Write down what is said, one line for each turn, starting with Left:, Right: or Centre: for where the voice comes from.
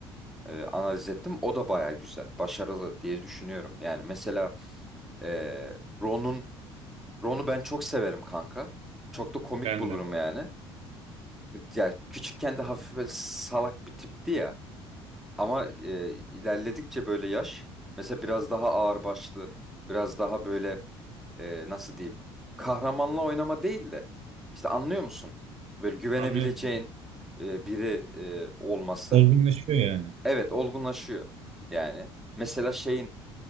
Centre: eee, analiz ettim. O da bayağı güzel, başarılı diye düşünüyorum. Yani mesela eee Ron'un Ron'u ben çok severim kanka. Çok da komik
Right: Ben
Centre: bulurum
Right: de.
Centre: yani. Ya küçükken de hafif böyle salak bir tipti ya. Ama e, ilerledikçe böyle yaş mesela biraz daha ağırbaşlı, biraz daha böyle e, nasıl diyeyim? Kahramanla oynama değil de işte anlıyor musun? Böyle güvenebileceğin
Right: Anlıyorum. anlıyorum.
Centre: e, biri e, olması.
Right: Olgunlaşıyor yani.
Centre: Evet olgunlaşıyor yani. Mesela şeyin